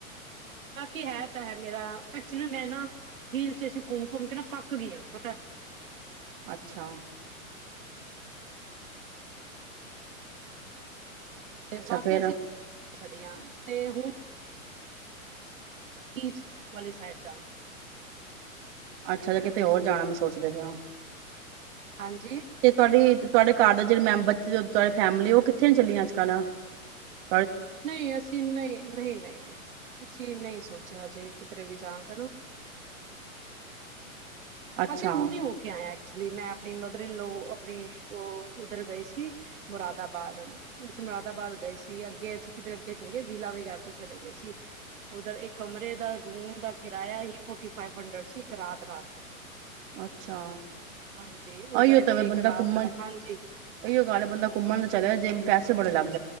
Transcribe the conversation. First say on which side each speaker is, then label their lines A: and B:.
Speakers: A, on the right; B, on the right.
A: ਬਾਕੀ ਹੈ ਤਾਂ ਹੈ ਮੇਰਾ ਐਕਚੁਲੀ ਮੈਂ ਨਾ ਹਲ ਸਟੇਸ਼ਨ ਘੁੰਮ ਘੁੰਮ ਕੇ ਨਾ ਪੱਕ ਗਈ ਹ ਪਤਾ
B: ਅੱਛਾ
A: ਤੇ
B: ਅੱਛਾ
A: ਬਾਕੀ
B: ਫੇਰ
A: ਅਸੀਂ ਸਾਡੀਆਂ ਤੇ ਹੁਣ ਪੀਚ ਵਾਲੀ ਸਾਈਡ ਜਾਣਦੇ
B: ਅੱਛਾ ਜ ਕਿਤੇ ਹੋਰ ਜਾਣਾ ਮੈਂ ਸੋਚਦੇ ਪਿਆ
A: ਹਾਂਜੀ
B: ਤੇ ਤੁਹਾਡੀ ਤੁਹਾਡੇ ਘਰ ਦੇ ਜਿਹੜੇ ਮੈਂਬਰ ਤੁਹਾਡੀ ਫੈਮਿਲੀ ਉਹ ਕਿੱਥੇ ਚੱਲ ਅੱਜ ਕੱਲ੍ਹ ਆ
A: ਨਹੀਂ ਅਸੀਂ ਨਹੀਂ ਨਹੀਂ ਨਹੀਂ ਨਹੀਂ ਅਸੀਂ ਨਹੀਂ ਸੋਚਿਆ ਹਜੇ ਕਿਧਰੇ ਵੀ ਜਾਣ ਦਾ ਨਾ
B: ਅੱਛਾ
A: ਅਸੀਂ ਹੁਣ ਹੀ ਹੋ ਕੇ ਆਇਆ ਐਚੁਲੀ ਮੈਂ ਆਪਣੀ ਮਦਰ ਇਲੋ ਆਪਣੀ ਉਧਰ ਗਏ ਸੀ ਮੁਰਾਦਾਬਾਦ ਅਸੀਂ ਮੁਰਾਦਾਬਾਦ ਗਏ ਸੀ ਅੱਗੇ ਅਸੀਂ ਕਿ ਅਗੇ ਚਲੇ ਗਏ ਵਿਲਾ ਵਗੈਰਾ ਤੇ ਚਲੇ ਗਏ ਸੀ ਉਧਰ ਕਮਰੇ ਦਾ ਰੂਮ ਦਾ ਕਿਰਾਇਆ ਹੀ ਫ ਹਡ ਸੀ ਰਾ ਰਾਤ ਦਾ
B: ਅੱਛਾ
A: ਹਾਂਜੀ ਉਧਰ
B: ਇਹੀਓ
A: ਅਸੀਂ
B: ਤਾਂਵੇ
A: ਇੱਕ
B: ਬੰਦਾ
A: ਰਾਤ
B: ਘੁੰਮਣ
A: ਹਾਂਜੀ
B: ਇਹੀਓ ਗੱਲ ਹੈ ਬੰਦਾ ਘੁੰਮਣ ਤੇ ਚੱਲਿਆ ਜੇ ਪੈਸੇ ਬੜੇ ਲੱਗਦੇ